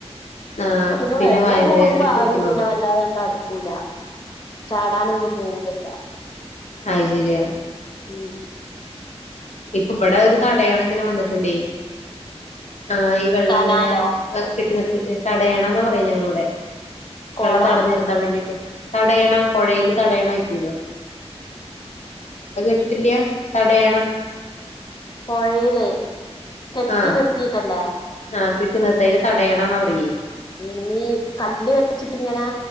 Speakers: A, on the left; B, on the left.
A: ആഹ്
B: പിന്നെ വെള്ളം
A: വയറുവേദനൊക്കെ
B: കൂടുമ്പോ ആരും
A: പിടിക്കുന്ന്
B: പിന്നെ
A: തോന്നുന്നു
B: വല്ലാതണ്ട് അടുക്കൂല. ചാടാനൊന്നും പോവലലില്ല.
A: അയ്ശരിയാ.
B: ഉം
A: ഇപ്പ ഇബടെ ഒരു തടയണങ്ങനെ വന്നിട്ടുണ്ടേ ആ ഈ വെള്ളം
B: കനാലോ
A: ഇങ്ങനെ കെട്ടി നിർ ത്തിട്ട് തടയണന്നാ പറയ ഞങ്ങളിവിടെ
B: കൊളം
A: വെള്ളം തടഞ്ഞ നിർത്താൻ വേണ്ടിട്ട് തടയണ പുഴയില് തടയണ ആക്കൂലോ അത് കേട്ടിട്ടില്ല്യ തടയണ
B: പൊഴയിലെ കെട്ടി
A: ആ
B: നിർത്തിയിട്ടല്ലേ
A: ആ കെട്ടി നിർത്തി അയിന് തടയണാന്ന പറയെ
B: മൂന്ന് മീ കല്ലില് വരച്ചിട്ട്ങ്ങനെ